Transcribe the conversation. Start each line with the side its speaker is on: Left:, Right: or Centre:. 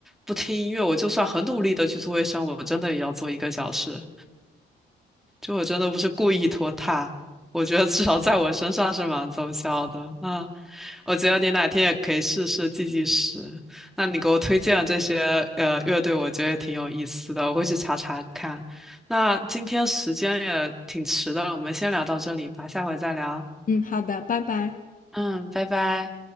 Centre: 不听音乐，我就算很努力的去做卫生，我真的也要做一个小时。就我真的不是故意拖沓，我觉得至少在我身上是蛮奏效的。嗯，我觉得你哪天也可以试试计计时。那你给我推荐的这些呃乐队，我觉得也挺有意思的，我会去查查看。那今天时间也挺迟的了，我们先聊到这里吧，下回再聊。
Left: 嗯，好的，拜拜。
Centre: 嗯，拜拜。